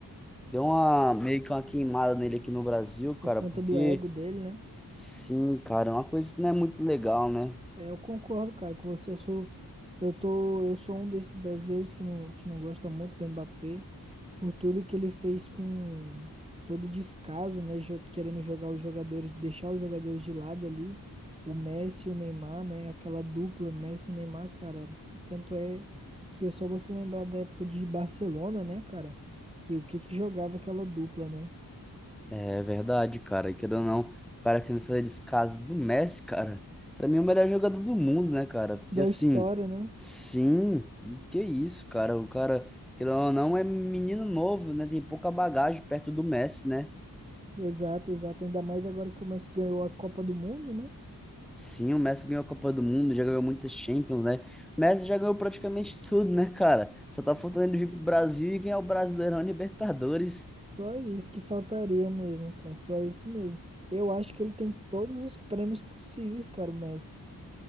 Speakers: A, in the centre; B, on the right.
A: Deu uma meio que uma queimada nele aqui no Brasil, cara,
B: Por conta
A: porque
B: do ego dele, né?
A: sim, cara, é uma coisa que não é muito legal, né?
B: É, eu concordo, cara, com você. Eu sou, eu tô, eu sou um desses brasileiros que não, que não gosta muito do Mbappé por tudo que ele fez com todo o descaso, né? jo- Querendo jogar os jogadores, deixar os jogadores de lado ali. O Messi e o Neymar, né? Aquela dupla Messi e Neymar, cara. Tanto é que é só você lembrar da época de Barcelona, né, cara? Que o que que jogava aquela dupla, né?
A: É verdade, cara. E Querendo ou não, o cara querendo fazer descaso do Messi, cara, pra mim é o melhor jogador do mundo, né, cara? Porque
B: Da
A: assim,
B: história, né?
A: sim, e que isso, cara? O cara, querendo ou não, é menino novo, né? Tem pouca bagagem perto do Messi, né?
B: Exato, exato. Ainda mais agora que o Messi ganhou a Copa do Mundo, né?
A: Sim, o Messi ganhou a Copa do Mundo, já ganhou muitas Champions, né? O Messi já ganhou praticamente tudo, né, cara? Só tá faltando ele vir pro Brasil e ganhar o Brasileirão e Libertadores.
B: Só isso que faltaria mesmo, cara. Só isso mesmo. Eu acho que ele tem todos os prêmios possíveis, cara, o Messi.